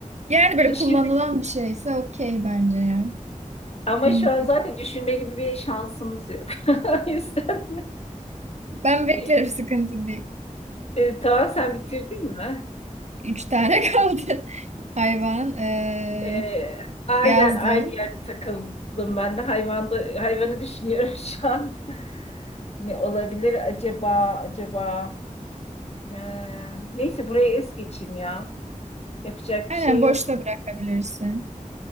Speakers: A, on the right; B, on the left.
A: Yani böyle
B: Düşünme,
A: kullanılan bir şeyse okey bence ya.
B: ama
A: Hmm.
B: şu an zaten düşünme gibi bir şansımız yok. <laughs> O yüzden
A: Ben
B: e,
A: beklerim sıkıntı değil.
B: e, tamam sen bitirdin mi?
A: Üç tane
B: E,
A: <laughs> kaldı hayvan. Ee,
B: e, aynen
A: yazdım.
B: aynı yerde takıldım ben de hayvanda hayvanı düşünüyorum <laughs> şu an. Ne olabilir acaba acaba? E, neyse burayı es geçeyim ya. Yapacak
A: Aynen
B: bir şey
A: boşta
B: yok.
A: bırakabilirsin.